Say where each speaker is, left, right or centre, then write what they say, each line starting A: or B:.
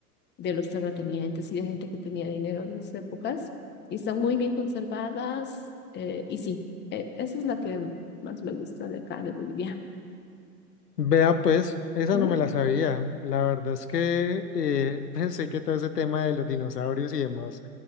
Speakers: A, on the left; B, on the left.
A: de los terratenientes y de gente que tenía dinero de esas épocas. Y están muy bien conservadas. eh, y sí, eh, esa es la que más me gusta de acá, de Bolivia.
B: vea pues, esa
A: ¿Mm?
B: no me la sabía. La verdad es que eh, <laughs> pensé que todo ese tema de los dinosaurios y demás